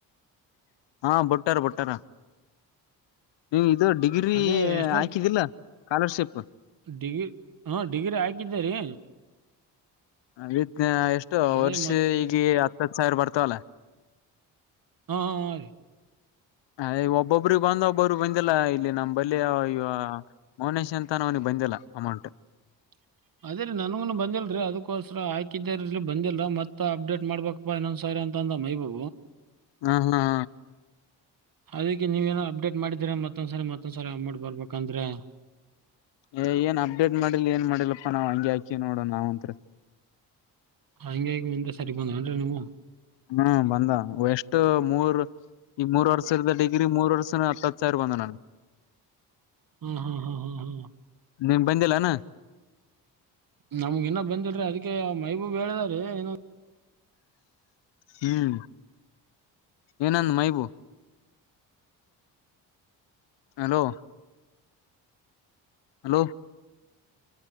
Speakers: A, on the left; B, on the right.
A: ಹಾ ಬುಟ್ಟಾರ ಬುಟ್ಟಾರ ನೀವ್ ಇದು ಡಿಗ್ರಿ
B: ಅದೇ ಎಷ್ಟನೇ
A: ಹಾಕಿದಿಲ್ಲ ಸ್ಕಾಲರ್ಶಿಪ್
B: ಡಿಗ್ರಿ ಹಾ ಡಿಗ್ರಿ ಹಾಕಿದ್ದೇರಿ
A: ವಿತ್ ಎಷ್ಟು
B: ಅದೇ
A: ವರ್ಷ
B: ಮತ್
A: ಈಗ ಹತ್ತತ್ ಸಾವಿರ ಬರ್ತವಲ್ಲ
B: ಹಾ ಹ ಹಾ ರೀ
A: ಏಇ ಒಬ್ಬೊಬ್ರಿಗ ಬಂದ ಒಬ್ಬರಿಗ್ ಬಂದಿಲ್ಲ ಇಲ್ಲಿ ನಮ್ಮ್ ಬಲ್ಲಿ ಈ ವ ಮೌನೇಶ್ ಅಂತ ಹಾನ್ ಅವನಿಗ್ ಬಂದ್ ಬಂದಿಲ್ಲ ಅಮೌಂಟ್
B: <inaudible> ಅದೇ ರೀ ನನಗುನೂ ಬಂದಿಲ್ರಿ ಅದಕೋಸ್ಕರ ಹಾಕಿದ್ದೇರಿ ಬಂದಿಲ್ಲ ಮತ್ತ ಅಪ್ಡೇಟ್ ಮಾಡ್ಬೇಕಪ್ಪ ಇನ್ನೊಂದ್ ಸಾರಿ ಅಂತ ಅಂದನಾ ಮೈಬು
A: ಹಾ ಹಾ ಹಾ
B: ಅದೀಕ್ಕೆ ನೀವೇನೋ ಅಪ್ಡೇಟ್ ಮಾಡಿದ್ದೀರಾ ಮತ್ತೊಂದ್ಸರಿ ಮತ್ತೊಂದ್ಸರಿ ಅಮೌಂಟ್ ಬರ್ಬೇಕಂದ್ರ
A: ಏ ಏನ್ ಅಪ್ಡೇಟ್ ಮಾಡಿಲ್ಲ ಏನ್ ಮಾಡಿಲ್ಲಪ್ಪಾ ನಾವ್ ಹಂಗೆ ಹಾಕಿವ್ ನೋಡ್ ನಾವಂತ್ರು
B: ಹಂಗೆ ಆಗಿ ಒಂದೆ ಸರಿ ಬಂದಾವ್ ಏನ್ರಿ ನಿಮ್ಮುವು.
A: ಹ್ಮ ಬಂದಾವ್ ಎಷ್ಟು ಮೂರ್ ಈ ಮೂರ್ ವರ್ಷದ ಡಿಗ್ರಿ ಮೂರ್ ವರ್ಷನ ಹತ್ ಹತ್ ಸಾವ್ರ ಬಂದಾವ್ ನನ್ಗ.
B: ಹ್ಮ್ ಹ್ಮ್ ಹ್ಮ್ ಹ್ಮ್ ಹ್ಮ್
A: ನಿಂಗ್ ಬಂದಿಲೇನಾ?
B: ನಮ್ಗ ಇನ್ನ ಬಂದಿಲ್ರಿ ಅದಿಕ್ಕೆ ಮೈಬೂಬಿ ಹೇಳದ ರಿ, ಏನೊ
A: ಹ್ಮ್ ಏನಂದ ಮೈಬೂ ಹಲೋ ಹಲೋ